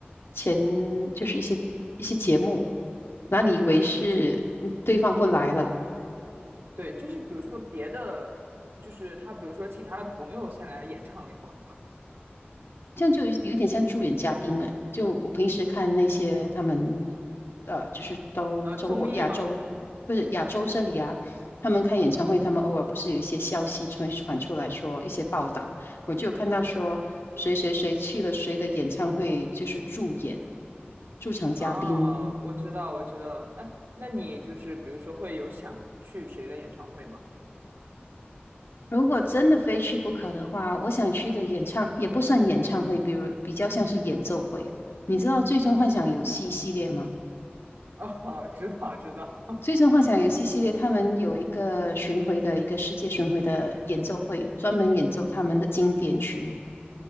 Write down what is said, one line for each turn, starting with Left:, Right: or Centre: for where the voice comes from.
Left: 前，就是一些一些节目，那你以为是嗯对方不来了，
Right: 嗯嗯，对，就是比如说别的，就是他比如说请他的朋友先来演唱一会儿，
Left: 这样就有有点像助演嘉宾哎。就我平时看那些他们，呃，就是都中国亚洲不是亚洲这里啊，
Right: 呃，综艺吗？
Left: 他们开演唱会，他们偶尔不是有一些消息传传出来说一些报道，我就有看到说谁谁谁去了谁的演唱会，就是助演驻场嘉宾。
Right: 哦，我知道，我知道。哎，那你就是比如说会有想去谁的演唱会吗？
Left: 如果真的非去不可的话，我想去的演唱也不算演唱会，比如比较像是演奏会。你知道《最终幻想游戏》系列吗？
Right: 哦，<laughs> 知道，知道。
Left: 最终幻想游戏系列，他们有一个巡回的一个世界巡回的演奏会，专门演奏他们的经典曲目。